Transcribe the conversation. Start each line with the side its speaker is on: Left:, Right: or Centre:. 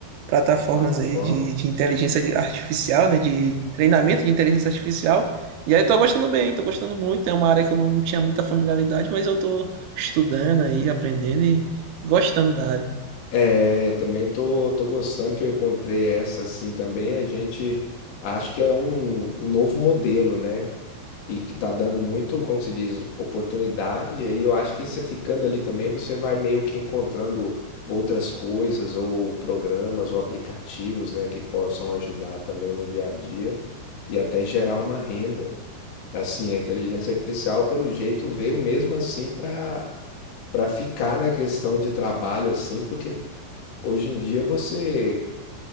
Right: plataformas
Left: Plataforma.
Right: aí de, de inteligência de- artificial, né? De treinamento de inteligência artificial. E aí eu tô gostando bem, tô gostando muito. É uma área que eu não tinha muita familiaridade, mas eu tô estudando aí, aprendendo e gostando da área.
Left: É, eu também tô, tô gostando que eu encontrei essa assim também. A gente acha que é um, um novo modelo, né? E que tá dando muito, como que se diz, oportunidade. E aí eu acho que você ficando ali também, você vai meio que encontrando outras coisas, ou programas, ou aplicativos, né, que possam ajudar também no dia a dia e até gerar uma renda. Assim, a inteligência artificial, pelo jeito, veio mesmo assim para para ficar na questão de trabalho assim, porque Hoje em dia você,